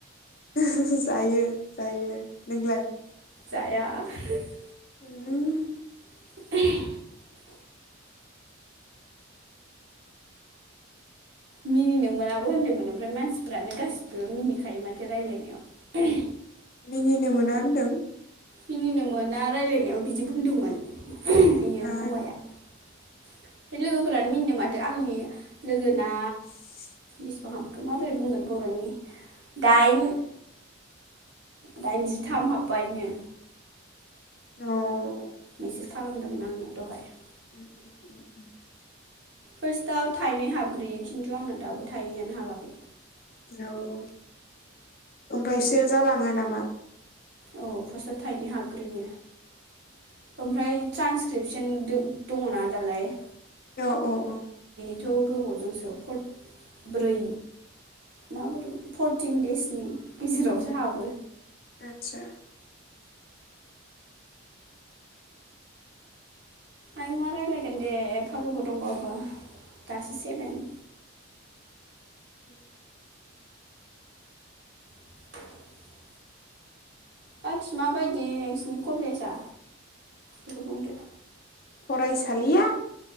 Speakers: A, on the left; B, on the right.
A: ओ हो-हो जायो-जायो, नोंलाय?
B: जाया। <unintelligible>
A: उम।
B: <unintelligible> मिनिनो मोनाबो होनदोंमोन ओमफ्राय मानसिफ्रानो गासिबो मिनिखायो माथो रायलायनायाव।
A: मिनिनो मोना होनदों।
B: मिनिनो मोना रायलायनायाव बिदि बुंदोंमोन। <unintelligible> इयो
A: आ
B: हौवाया। ओमफाय लोगोफोरानो मिनदों माथो आंनि लोगोना
A: <inaudible>
B: <unintelligible> माबोरै बुंगोन बर'नि दाइन दाइनजिथाम हाबबायनो।
A: औ।
B: मेसेस खालामदोंमोन आंनाव दहाय।
A: उम-उम-उम-उम।
B: फार्स्टआव थाइनै हाबग्रोयो खिन्थु आंन दाबो थायनैयानो हाबाखै।
A: औ, ओमफ्रायसो जालाङो नामा?
B: औ, फार्स्टआव थाइनै हाबग्रोयो ओमफ्राय ट्रान्सक्रिपसन दङना दालाय।
A: औ-औ-औ।
B: थ' गोबावजोंसो फर ब्रै माबोरै फरटिन देसनि गेजेरावसो हाबो।
A: आतसा।
B: आयौ मा रायलायगोन दे एफागोबाव दंबावो दासो सेभेन।
A: उम।
B: <inaudible> बाखि माबायदि नोंसिनि कलेजआ बेखौ बुंदो?
A: फरायसालिया